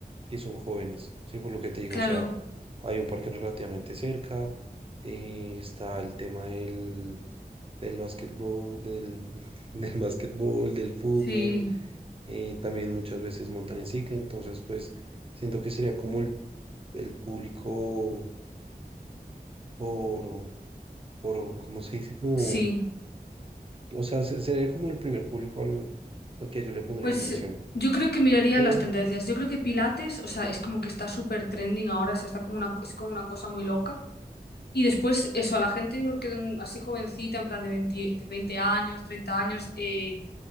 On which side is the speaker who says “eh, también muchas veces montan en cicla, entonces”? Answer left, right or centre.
Right